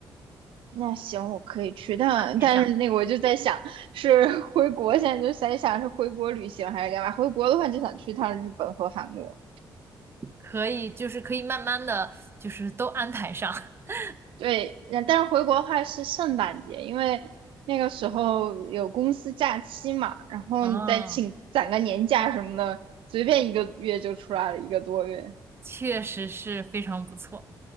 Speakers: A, on the right (about 80°); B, on the right (about 25°).
A: 那行我可以去，但但是那个我就在想，
B: 安排上，
A: 是 <laughs> 回国现在就在想是回国旅行还是干嘛？回国的话就想去趟日本和韩国。
B: 可以，就是可以慢慢的，就是都安排上。<laughs>
A: 对，那但是回国的话是圣诞节，因为那个时候有公司假期嘛，然后你再请攒个年假什么的，
B: 啊，
A: 随便一个月就出来了一个多月。
B: 确实是非常不错。